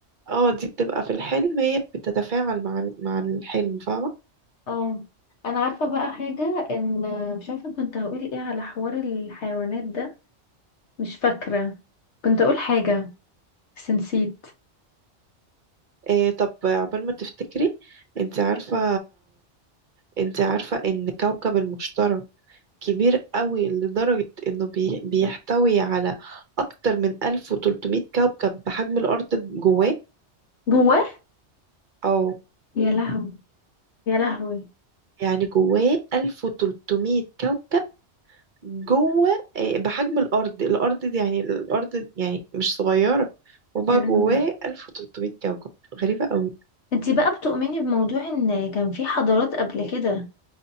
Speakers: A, on the right; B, on the left.
A: اه دي بتبقى في الحلم هي بتتفاعل مع ال- مع الحلم فاهمة
B: اه انا عارفه بقى حاجه ان مش عارفه كنت هقول ايه على حوار الحيوانات ده مش فاكره كنت اقول حاجه بس نسيت
A: إيه طب عقبال ما تفتكري انت عارفة انت عارفة ان كوكب المشتري كبير قوي لدرجة انه بي... بيحتوي على اكتر من 1300 كوكب بحجم الارض جواه
B: جواه
A: او
B: يا لهوي يا لهوي
A: يعني جواه 1300 كوكب جوه إيه، بحجم الارض الارض دي يعني الارض يعني مش صغيرة وبقى
B: يا لهوي
A: جواه 1300 كوكب غريبة قوي
B: انتي بقى بتؤمني بموضوع ان كان في حضارات قبل كده